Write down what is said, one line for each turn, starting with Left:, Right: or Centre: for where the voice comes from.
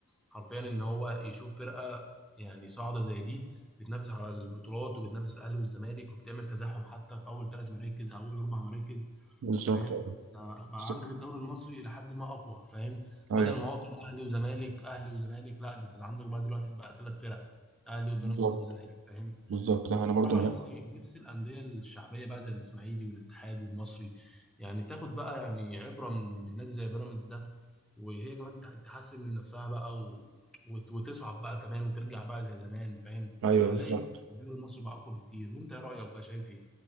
Centre: حرفيا ان هو يشوف فرقه يعني صاعده زي دي بتنافس على البطولات وبتنافس الاهلي والزمالك وبتعمل تزاحم حتى في اول ثلاث مراكز اول اربع مراكز
Right: بالظبط
Centre: فاهم آه، بقى
Right: بالظبط
Centre: عندك الدوري المصري الى حد ما اقوى فاهم
Right: أيوه
Centre: بدل ما هو كان اهلي وزمالك اهلي وزمالك لا انت عندك بقى دلوقتي بقى ثلاث فرق اهلي وبيراميدز
Right: بالظبط
Centre: وزمالك فاهم
Right: بالظبط
Centre: وبصراحه
Right: أنا برضو معاك
Centre: نفسي نفسي الانديه الشعبيه بقى زي الاسماعيلي والاتحاد والمصري يعني تاخد بقى يعني عبره من من نادي زي بيراميدز ده وهي كمان تح- تحسن من نفسها بقى و... وت- وتصعد بقى كمان وترجع بقى زي زمان فاهم
Right: أيوه
Centre: هنلاقي
Right: بالظبط
Centre: الدوري المصري بقى اقوى بكتير وانت ايه رايك بقى شايف ايه